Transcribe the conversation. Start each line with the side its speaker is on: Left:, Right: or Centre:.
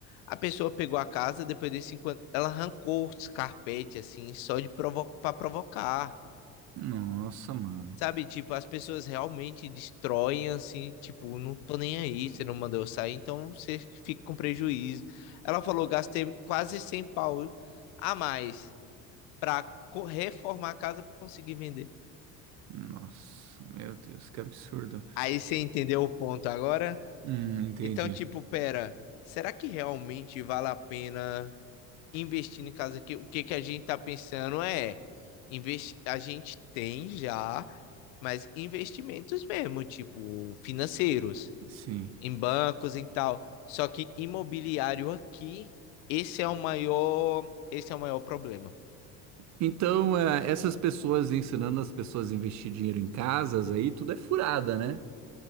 Left: A pessoa pegou a casa, depois de cinco anos, ela arrancou os carpetes assim, só de provo para provocar.
Right: Nossa, mano.
Left: Sabe, tipo, as pessoas realmente destroem, assim, tipo, não tô nem aí, você não mandou eu sair, então você fica com prejuízo. Ela falou, gastei quase 100 pau a mais pra co- reformar a casa pra conseguir vender.
Right: Nossa, meu Deus, que absurdo.
Left: Aí você entendeu o ponto agora?
Right: Hum, entendi.
Left: Então, tipo, pera, será que realmente vale a pena investir em casa aqui? O que que a gente tá pensando é, investi a gente tem já, mas investimentos mesmo, tipo, financeiros.
Right: Sim.
Left: em bancos e tal. Só que imobiliário aqui, esse é o maior, esse é o maior problema.
Right: Então, é, essas pessoas ensinando as pessoas a investir dinheiro em casas aí, tudo é furada, né?